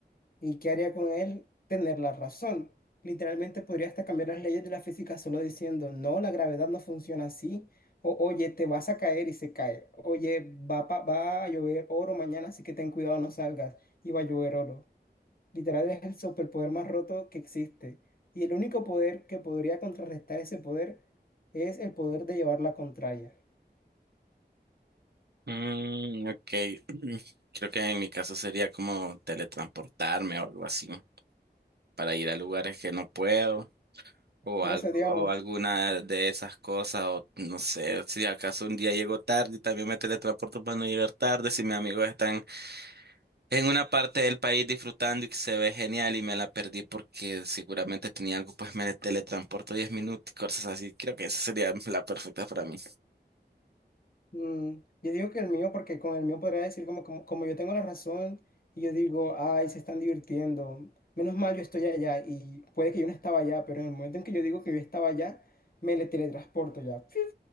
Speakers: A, on the left (about 55°); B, on the right (about 65°).
A: ¿Y qué haría con él? Tener la razón. Literalmente podría hasta cambiar las leyes de la física solo diciendo, no, la gravedad no funciona así. O, oye, te vas a caer y se cae. Oye, va, pa- va a llover oro mañana, así que ten cuidado, no salgas. Y va a llover oro. Literal es el superpoder más roto que existe. Y el único poder que podría contrarrestar ese poder es el poder de llevar la contraria.
B: Mm, ok, <clears throat> creo que en mi caso sería como teletransportarme o algo así, para ir a lugares que no puedo. O
A: Por
B: algo,
A: eso, digamos,
B: o alguna de esas cosas, o no sé, si acaso un día llego tarde y también me teletransporto para no llegar tarde, si mis amigos están en una parte del país disfrutando y que se ve genial y me la perdí porque seguramente tenía algo, pues me teletransporto diez minutos y cosas así. Creo que esa sería <laughs> la perfecta para mí.
A: Mm, yo digo que el mío, porque con el mío podría decir como, como, como yo tengo la razón, y yo digo, ay, se están divirtiendo. Menos mal yo estoy allá, y puede que yo no estaba allá, pero en el momento en que yo digo que yo estaba allá, me le teletransporto ya. ¡Fiuf!